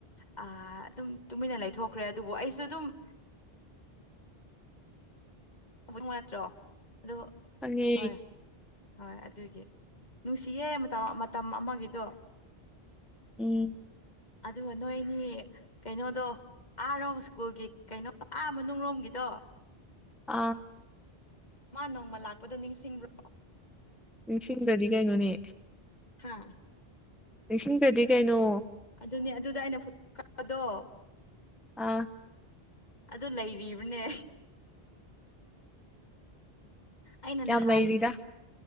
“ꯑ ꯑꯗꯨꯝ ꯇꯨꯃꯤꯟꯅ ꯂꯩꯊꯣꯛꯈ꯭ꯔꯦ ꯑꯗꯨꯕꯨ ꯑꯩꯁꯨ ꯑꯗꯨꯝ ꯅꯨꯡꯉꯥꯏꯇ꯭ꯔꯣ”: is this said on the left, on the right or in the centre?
Left